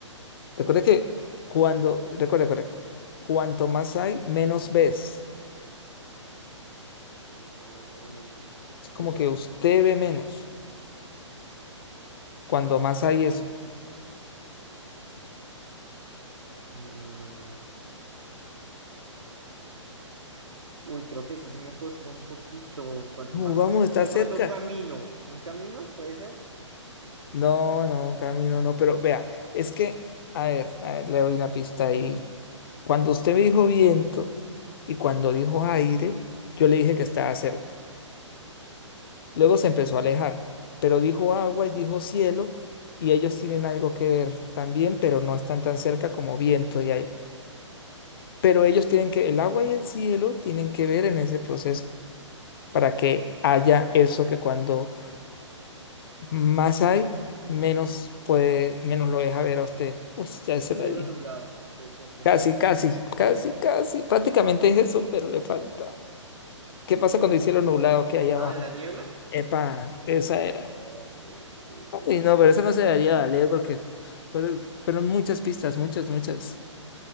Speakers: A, on the left; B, on the right.
A: Recuerde que cuando, recuerde, recuerde, cuanto más hay, menos ves.
B: Cuanto más hay, menos
A: Es
B: veo.
A: como que usted ve menos. Cuando más hay eso.
B: Mm, Uy, creo que esta sí me costó un poquito. Cuanto
A: Uh,
B: más
A: vamos,
B: hay.
A: está
B: De
A: cerca.
B: pronto un camino. ¿Un camino? ¿Puede ser?
A: No, no, camino, no, pero vea, es que, a ver, a ver, le doy una pista ahí. Cuando usted me dijo viento y cuando dijo aire, yo le dije que estaba cerca. Luego se empezó a alejar, pero dijo agua y dijo cielo y ellos tienen algo que ver también, pero no están tan cerca como viento y aire. Pero ellos tienen que, el agua y el cielo tienen que ver en ese proceso para que haya eso que cuando Más hay, menos puede, menos lo deja ver a usted. Uy, ya se
B: Un cielo
A: la dije.
B: nublado. Puede ser, no
A: Casi,
B: sé.
A: casi, casi, casi. Prácticamente es eso, pero le falta. ¿Qué pasa
B: ¿Qué-
A: cuando el cielo nublado que hay abajo?
B: Ah, la niebla.
A: Epa, esa era.
B: Ok, ok, ok,
A: Uy, no,
B: ok.
A: pero eso no se debería valer porque pero fueron muchas pistas, muchas, muchas.